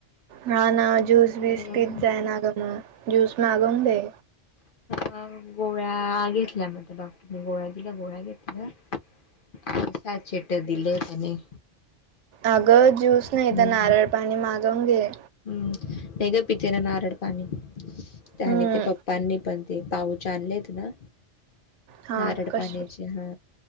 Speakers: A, on the right (about 80°); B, on the left (about 50°).
A: हा ना ज्यूस
B: हम्म
A: बीस तीच जाय ना ग मग ज्यूस मागवून दे.
B: ह गोळ्या घेतल्या मझ डॉक्टरने गोळ्या दिल्या गोळ्या घेतल्या. पैश चेट दिले त्याने.
A: अगं ज्यूस नाही
B: हम्म
A: तर नारळ पाणी मागवून घे.
B: हम्म! नाही ग पिते ना नारळ पाणी त्या
A: हम्म
B: आणि ते पप्पांनी पण. ते पाऊचे आणलेत ना.
A: हा
B: नारळ
A: कश
B: पाण्याची हा.